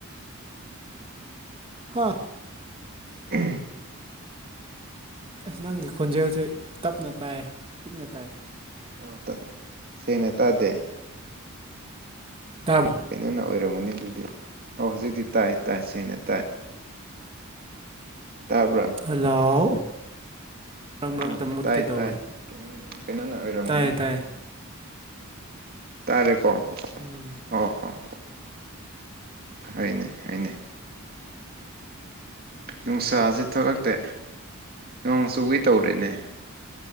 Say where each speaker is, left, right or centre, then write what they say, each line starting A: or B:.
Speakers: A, on the right; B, on the right.
A: ꯍꯥ
B: ꯎ
A: ꯑꯁ ꯅꯪꯒꯤ ꯈꯣꯟꯖꯦꯜꯁꯦ ꯇꯞꯅ ꯇꯥꯏ ꯄꯤꯛꯅ ꯇꯥꯏ
B: ꯑꯣ ꯁꯦꯡꯅ ꯇꯥꯗꯦ
A: ꯇꯥꯕ꯭ꯔꯣ
B: ꯀꯩꯅꯣꯅ ꯑꯣꯏꯔꯝꯃꯅꯤ ꯑꯗꯨꯗꯤ ꯑꯣ ꯍꯧꯖꯤꯛꯇꯤ ꯇꯥꯏ ꯇꯥꯏ ꯁꯦꯡꯅ ꯇꯥꯏ ꯇꯥꯕ꯭ꯔꯥ
A: ꯍꯜꯂꯣ ꯃꯔꯛ ꯃꯔꯛꯇ
B: ꯑ
A: ꯃꯨꯠꯀꯦ
B: ꯇꯥꯏ
A: ꯇꯧꯋꯦ
B: ꯇꯥꯏ ꯀ ꯀꯩꯅꯣꯅ ꯑꯣꯏꯔꯝꯒꯅꯤ
A: ꯇꯥꯏꯌꯦ ꯇꯥꯏꯌꯦ
B: ꯇꯥꯔꯦꯀꯣ
A: ꯎꯝ
B: ꯑꯣ ꯑꯣ ꯍꯅꯦ ꯍꯅꯦ ꯅꯨꯡꯁꯥꯥꯁ ꯊꯣꯛꯂꯛꯇꯦ ꯅꯣꯡ ꯆꯨꯋꯒꯤ ꯇꯧꯔꯤꯅꯦ